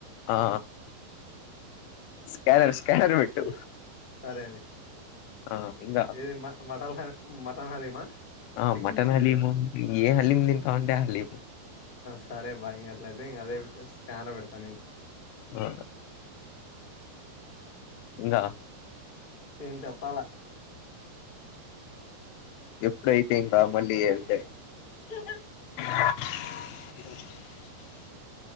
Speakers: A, on the left; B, on the left.
A: ఆ స్కాన్ స్కానర్ పెట్టు
B: సరే అయి
A: ఆ ఇంగా
B: ఏది మ మటన్ హ మటన్ హలిమా
A: ఆ
B: చికెన్
A: మటన్
B: తీసుకునేద
A: హలీము ఏ హలీం తింటావు అంటే ఆ హలీము
B: సరే బాగా ఇంక అట్లయితే ఇంకా అదే స్కానర్ పెడతా
A: ఆ ఇంకా
B: ఏం చెప్పాల
A: ఎప్పుడైతేంగా మళ్ళీ అంతే
B: <inaudible>
A: <inaudible>